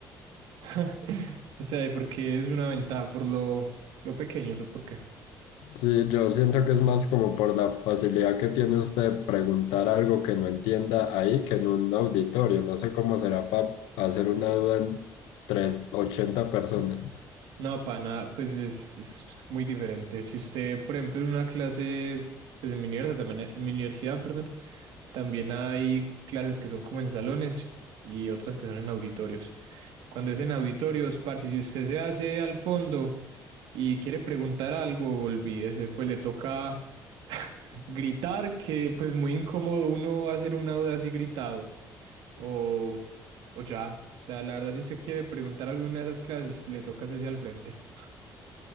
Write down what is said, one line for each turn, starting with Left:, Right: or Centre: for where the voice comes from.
Right: <laughs> O sea, ¿y por qué es una ventaja? ¿Por lo, lo pequeño o por qué?
Left: Sí, yo siento que es más como por la facilidad que tiene usted de preguntar algo que no entienda ahí que en un auditorio. No sé cómo será para hacer una duda entre 80 personas.
Right: No, pana, pues es, es muy diferente. Si usted, por ejemplo, en una clase, pues en mi universidad también, eh, en mi universidad, perdón, también hay clases que son como en salones y otras que son en auditorios. Cuando es en auditorios, parce, si usted se hace al fondo y quiere preguntar algo, olvídese, pues le toca <laughs> gritar, que pues muy incómodo uno hacer una duda así gritado. O o ya, o sea, la verdad, si usted quiere preguntar alguna de esas clases, le toca hacerse al frente. <laughs>